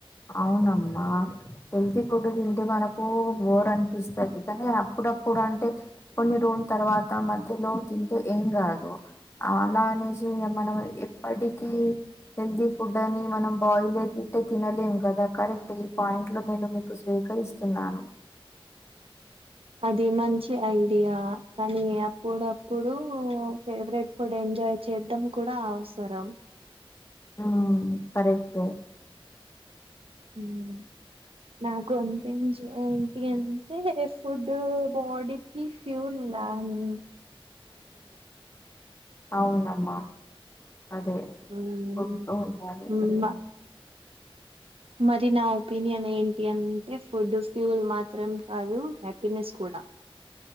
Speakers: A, on the left (about 30°); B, on the right (about 75°).
A: అవునమ్మా హెల్తీ ఫుడ్ తింటే మనకు బోర్ అనిపిస్తది కానీ అప్పుడప్పుడు అంటే కొన్ని రోజుల తర్వాత మధ్యలో తింటే ఏం కాదు అలా అనేసి మనం ఎప్పటికీ హెల్తీ ఫుడ్ అని మనం ట్టే తినలేము కదా కరెక్ట్ ఈ పాయింట్ లో నేను మీకు స్వీకరిస్తున్నాను
B: అది మంచి ఐడియా కానీ అప్పుడప్పుడు ఫేవరెట్ ఫుడ్ ఎంజాయ్ చేద్దాం కూడా అవసరం
A: ఆ కరెక్టే
B: మ్ నాకు అంతే మంచిగ ఏంటి అంటే ఫుడ్ బాడీ ని ఫ్లూన్ లాని
A: అవునమ్మా అదే
B: మ్
A: ఫుడ్ ఉండాలి ఉమ్.
B: మా మరి నా ఒపీనియన్ ఏంటి అంటే ఫుడ్ ఫ్యూల్ మాత్రం కాదు హ్యాపీనెస్ కూడా